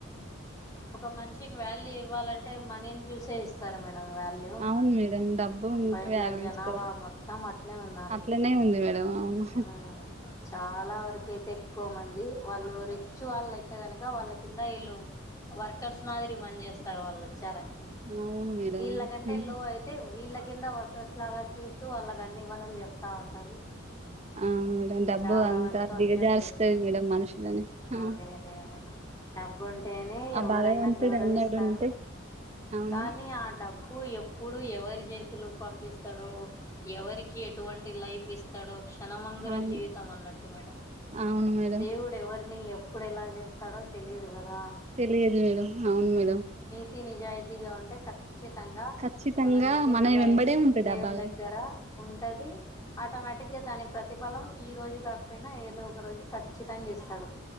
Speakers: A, on the left (about 15°); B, on the right (about 30°).
A: ఒక మనిషికి వాల్యూ ఇవ్వాలంటే మనీని జుసే ఇస్తారు మేడం వాల్యూ
B: అవును మేడం డబ్బు ఉంటే
A: బయటల
B: వాల్యూ
A: జనాభా
B: ఇస్తారు
A: మొత్తం అట్నే ఉన్నారు
B: అట్లనే ఉంది మేడం అవును
A: ఉ చాలా వరకు అయితే ఎక్కువ మంది వాళ్ళు రిచ్ వాళ్ళు అయితే కనుక వాళ్ళ కింద ఇళు వర్కర్స్ మాదిరి పని చేస్తారు వాళ్ళు వచ్చారంటే
B: అవును మేడం
A: వీళ్ళ కంటే
B: హ్మ్.
A: లో అయి అయితే వీళ్ళ కింద వర్కర్స్ లాగా చూస్తూ వాళ్ళకి అన్ని పనులు చెప్తా ఉంటారు
B: ఆ డబ్బు
A: చాలా
B: అంత
A: వరకు
B: దిగజారుస్తాది
A: అబ్జర్వ్ చేశాను
B: మేడం మనుషులని ఆ
A: అదే అదే మేడం డబ్బు ఉంటేనే ఎవరైనా
B: భగవంతుడు
A: గౌరవిస్తారు
B: అన్నాడుంటే అవును
A: కానీ ఆ డబ్ అప్పు ఎప్పుడు ఎవరి జేతులకు పంపిస్తడో ఎవరికి ఎటువంటి లైఫ్ ఇస్ అతడు క్షణమంగుర
B: అవును
A: జీవితం అన్నట్టు మేడం
B: అవును మేడం
A: దేవుడు ఎవరిని ఎ ఇప్పుడు ఎలా చేస్తాడో తెలియదు గదా
B: తెలియదు మేడం అవును మేడం
A: తీ నిజాయితీగా ఉంటే కత్ చ్చితంగా
B: ఖచ్చితంగా
A: మన నీతి నిజాయితీ
B: వెంబడే ఉంటాడు
A: దేవుని
B: ఆ బాగా
A: దగ్గర ఉంటది ఆటోమేటిక్గా దాని ప్రతిఫలం ఈ రోజు కాకపోయినా ఏదో ఒక రోజు ఖచ్ చితంగిస్తడు